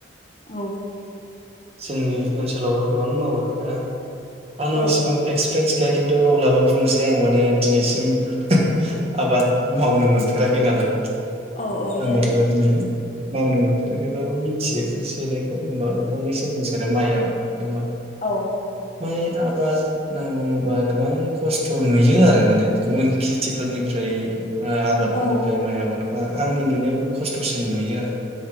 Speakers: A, on the left; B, on the right.
A: औ।
B: जोंनि ओनसोलावबो गोबां मावो दा आंनाव
A: औ
B: इसेबां एक्सपिरियेन्स गाया खिन्थु अब्लाबो बुंनोसै आं माने दिनैसिम हो आबाद मावनो मोनफेराखै नालाय
A: औ औ जायो
B: ओमबाबो नुयो मावनो मोनफेराखैबाबो मिथियो एसे एनै <unintelligible> फंनैसो बुंसोरो माइ आबाद नो मा
A: औ
B: माइ आबाद होनना बुङोबा गोबां खस्थ नुयो आरो माने गुबुन खेथिफोरनिफ्राय ओ आबादफोरनिफ्राय
A: औ
B: माइ आबाद आंनि नुनायाव खस्थसिन नुयो आरो